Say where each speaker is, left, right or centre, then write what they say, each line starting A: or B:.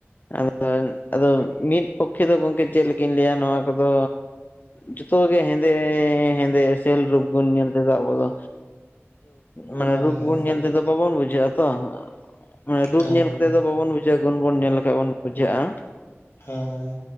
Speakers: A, on the left; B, on the left.
A: ᱟᱫᱚ ᱟᱫᱚ ᱢᱤᱫ ᱯᱚᱠᱠᱷᱮ ᱫᱚ ᱪᱮᱫ ᱞᱮᱠᱟ ᱤᱧ ᱞᱮᱭᱟ ᱱᱚᱣᱟ ᱠᱚᱫᱚ ᱡᱷᱚᱛᱚ ᱜᱮ ᱦᱮᱸᱫᱮ ᱦᱮᱸᱫᱮ ᱮᱥᱮᱞ ᱨᱩᱯᱵᱚᱱ ᱧᱮᱞ ᱛᱟᱠᱚᱣᱟ ᱟᱵᱚ ᱫᱚ ᱢᱟᱱᱮ
B: ᱦᱳᱭ
A: ᱨᱩᱯ
B: ᱦᱳᱭ ᱦᱮᱸ
A: ᱜᱩᱱ ᱧᱮᱞ ᱛᱮᱫᱚ ᱵᱟᱵᱚᱱ ᱵᱩᱡᱷᱟᱹᱜᱼᱟ ᱛᱟ ᱢᱟᱱᱮ ᱨᱩᱯ
B: ᱦᱮᱸ
A: ᱧᱮᱞ ᱠᱟ ᱵᱟᱵᱚᱱ ᱵᱩᱡᱷᱟᱹᱜᱼᱟ ᱜᱩᱱ ᱵᱚᱱ ᱧᱮᱞ ᱞᱮᱠᱷᱟᱡ ᱵᱚᱱ ᱵᱩᱡᱷᱟᱹᱜᱼᱟ ᱾
B: ᱦᱳᱭ